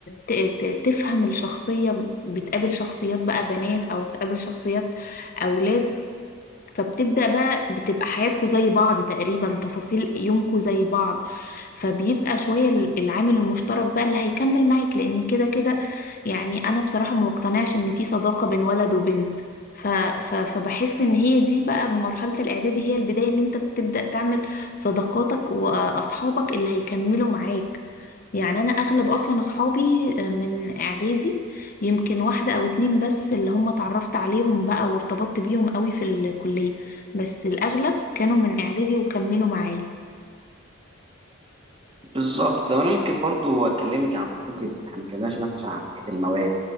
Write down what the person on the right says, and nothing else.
بالظبط طب انا ممكن برضو اكلمك عن فكره احنا ما اتكلمناش مثلا عن فكره المواد